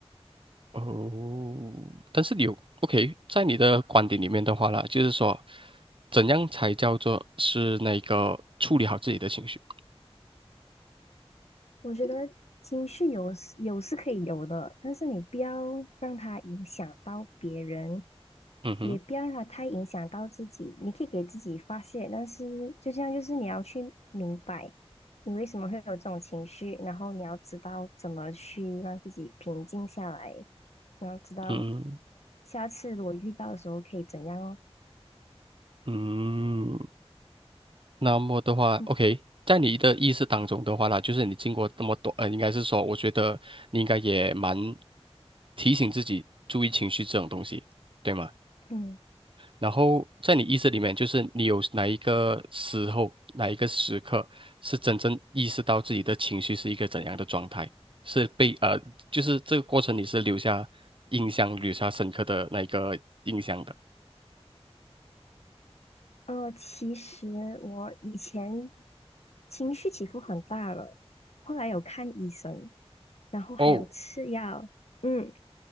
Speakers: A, on the right; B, on the left.
A: 哦，但是有 OK，在你的观点里面的话啦，就是说，怎样才叫做是那个处理好自己的情绪？
B: 我觉得情绪有是有是可以有的，但是你不要让它影响到别人，
A: 嗯哼，
B: 也不要让它太影响到自己。你可以给自己发泄，但是就这样，就是你要去明白你为什么会有这种情绪，然后你要知道怎么去让自己平静下来，然后知道
A: 嗯
B: 下次我遇到的时候可以怎样哦。
A: 嗯，那么的话，OK，
B: 嗯
A: 在你的意识当中的话啦，就是你经过那么多，呃，应该是说，我觉得你应该也蛮提醒自己注意情绪这种东西，对吗？
B: 嗯。
A: 然后在你意识里面，就是你有哪一个时候、哪一个时刻是真正意识到自己的情绪是一个怎样的状态，是被呃，就是这个过程你是留下印象、留下深刻的那一个印象的。
B: 呃，其实我以前情绪起伏很大了，后来有看医生，然后还有吃药，
A: 哦，
B: 嗯，